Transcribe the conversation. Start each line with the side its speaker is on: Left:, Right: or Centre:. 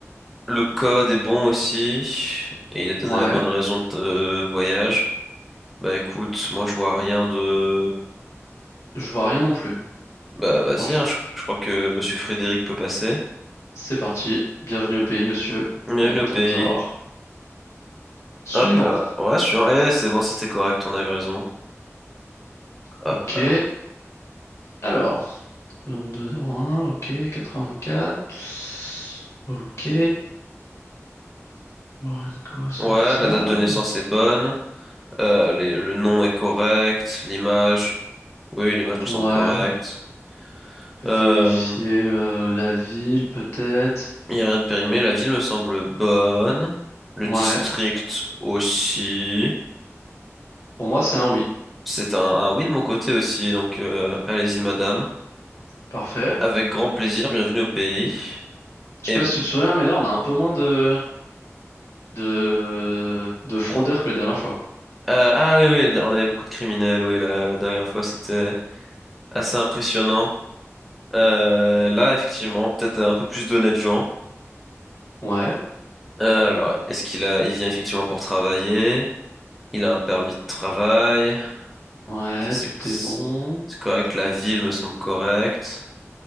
Centre: Le code est bon aussi. Et il a donné
Left: Ouais,
Centre: la bonne raison de euh, voyage. Bah écoute, moi je vois rien de...
Left: je vois rien non plus.
Centre: Bah vas-y,
Left: Franchement,
Centre: hein, je, je crois que Monsieur Frédéric peut passer.
Left: c'est parti. Bienvenue au pays, monsieur.
Centre: Bienvenue
Left: On est content
Centre: au pays.
Left: de vous avoir. Suivant.
Centre: Hop là. Ouais, je suis en... Eh, c'est bon, c'était correct, on a eu raison. Hop
Left: Ok.
Centre: là.
Left: Alors. 0,201, ok, 84. Ok, Lorenco, Sofia.
Centre: Ouais, la date de naissance
Left: là, c'est-
Centre: est bonne. Euh, les- le nom est correct. L'image. Oui, l'image me semble
Left: Ouais,
Centre: correcte.
Left: on peut
Centre: Euh,
Left: vérifier euh, la ville peut-être.
Centre: il n'y a rien de périmé. La ville me semble bonne. Le
Left: Ouais,
Centre: district aussi.
Left: pour moi c'est un oui.
Centre: C'est un, un oui de mon côté aussi, donc euh, allez-y madame.
Left: Parfait.
Centre: Avec grand plaisir, bienvenue au pays.
Left: Je sais
Centre: Et
Left: pas si tu te souviens, mais là on a un peu moins de de de fraudeurs que la dernière fois.
Centre: Euh, ah oui, oui, on avait beaucoup de criminels, oui, la, la dernière fois, c'était assez impressionnant. Euh, là, effectivement, peut-être un peu plus d'honnêtes gens.
Left: Ouais,
Centre: Euh, alors, est-ce qu'il a, il vient effectivement pour travailler? Il a un permis de travail?
Left: ouais,
Centre: Ça, C'est
Left: tout est bon.
Centre: c'est correct, la ville me semble correcte.